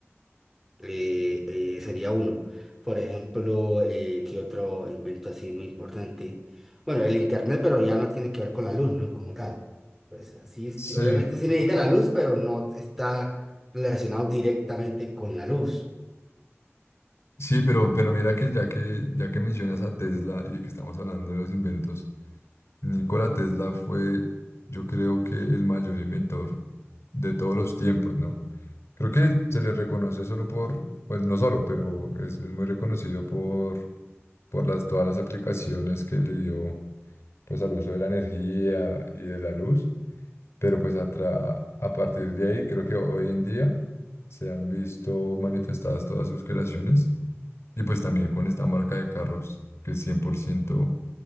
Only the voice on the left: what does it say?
Sí,
sí, pero, pero mira que ya que ya que mencionas a Tesla y que estamos hablando de los inventos, Nikola Tesla fue, yo creo que el mayor inventor de todos los tiempos, ¿no? Creo que se le reconoce solo por, pues no solo, pero es, es muy reconocido por, por las, todas las aplicaciones que le dio pues al uso de la energía y de la luz. Pero pues atra- a partir de ahí, creo que hoy en día se han visto manifestadas todas sus creaciones y pues también con esta marca de carros que es 100%